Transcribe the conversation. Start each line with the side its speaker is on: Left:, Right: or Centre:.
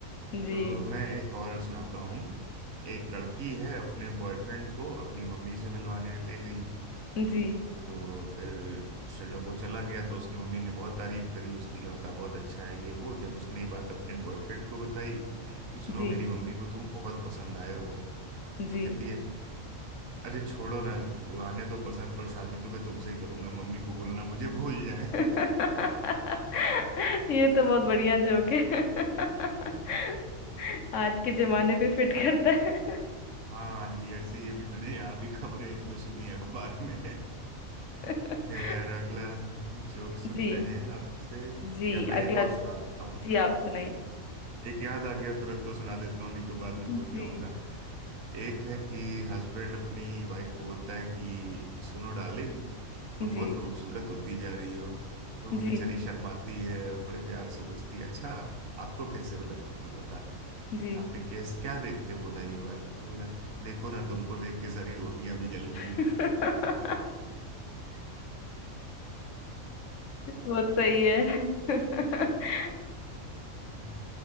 Left: जी जी
Right: तो मैं एक और सुनाता हूँ एक लड़की है अपने बॉयफ्रेंड को अपनी मम्मी से मिलवाने ले गई
Left: जी
Right: तो फिर श- जब वो चला गया तो उसकी मम्मी ने बहुत तारीफ करी उसकी लड़का बहुत अच्छा है ये वो जब उसने ये बात अपने बॉयफ्रेंड को बताई कि सुनो
Left: जी
Right: मेरी मम्मी को तुम बहुत पसंद आए हो
Left: जी
Right: तो कहती है अरे छोड़ो ना वो आने दो पसंद पर शादी तो मैं तुमसे ही करूंगा मम्मी को बोलना मुझे भूल जाए
Left: <laughs> ये तो बहुत बढ़िया जोक है <laughs>
Right: <laughs>
Left: आज के जमाने पे फिट करता है
Right: हाँ जी ऐसे ही अभी मैंने यहाँ भी खबरें एक दो सुनी है अखबार में <laughs>
Left: <laughs>
Right: फिर अगला जोक सुनते
Left: जी
Right: हैं आपसे
Left: जी
Right: या मैं एक
Left: अगला
Right: और सुना देता हूँ
Left: जी आप सुनाइए
Right: एक याद आ गया तुरंत तो सुना देता हूँ नहीं तो बाद में
Left: जी
Right: भूल जाऊंगा एक है कि हस्बैंड अपनी वाइफ को बोलता है कि सुनो डार्लिंग तुम
Left: जी
Right: बहुत खूबसूरत होती जा रही हो तो वो
Left: जी
Right: बेचारी शर्माती है और बड़े प्यार से पूछती है अच्छा आपको कैसे लग पता
Left: जी
Right: आपने कैसे क्या देख के बोला ये बात तो बोला देखो ना तुमको देख के सारी रोटियां भी जल गई
Left: <laughs>
Right: हैं
Left: बहुत सही है <laughs>
Right: <laughs>